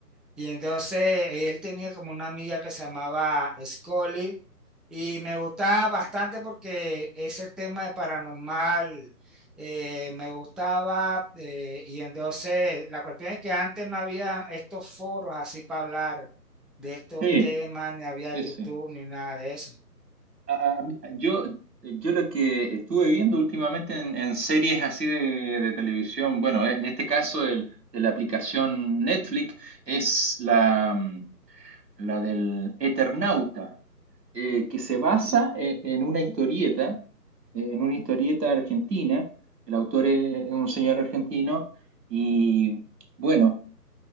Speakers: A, in the centre; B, on the right.
A: y entonces él tenía como una amiga que se llamaba Scully y me gustaba bastante porque ese tema de paranormal eh, me gustaba eh, y entonces la cuestión es que antes no había estos foros así para hablar de estos
B: Sí,
A: temas, ni había
B: sí,
A: YouTube
B: sí.
A: ni nada de eso.
B: A- a- yo, yo lo que estuve viendo últimamente en, en series así de, de televisión, bueno, en este caso el, de la aplicación Netflix es la, mm, la del Eternauta, eh, que se basa eh, en una historieta, eh, en una historieta argentina, el autor es un señor argentino y bueno.